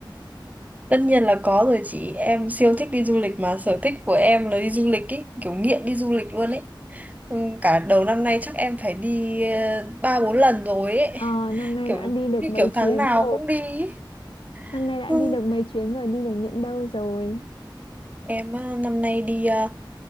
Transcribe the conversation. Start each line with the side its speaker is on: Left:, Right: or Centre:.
Right: Tất nhiên là có rồi chị, em siêu thích đi du lịch mà sở thích của em là đi du lịch ý, kiểu nghiện đi du lịch luôn ấy. Ừ, Cả đầu năm nay chắc em phải đi ờ, ba
Left: Năm-
Right: bốn lần rồi ấy,
Left: Ờ, năm
Right: <laughs>
Left: nay
Right: kiểu
Left: đã đi được
Right: như
Left: mấy
Right: kiểu
Left: chuyến
Right: tháng nào
Left: rồi.
Right: cũng đi ý.
Left: Năm nay đã
Right: Ừ.
Left: đi được mấy chuyến rồi, đi được những đâu rồi?
Right: Em ờ, năm nay đi ờ,